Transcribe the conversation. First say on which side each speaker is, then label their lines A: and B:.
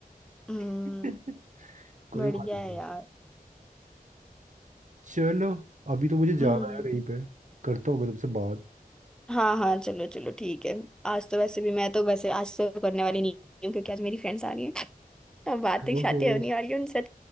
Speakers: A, in the centre; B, on the right.
A: हम्म
B: <laughs> कोई
A: बढ़िया
B: बात नहीं
A: है यार
B: चलो अभी तो मुझे जाना
A: हम्म
B: है कहीं पे करता हूँ मैं तुमसे बात
A: हाँ हाँ चलो चलो ठीक है आज तो वैसे भी मैं तो वैसे आज तो करने वाली नहीं हूँ क्योंकि आज मेरी फ्रेंड्स आ रही हैं <laughs> अब बातें
B: ओहो
A: शातें होने वाली हैं उनसे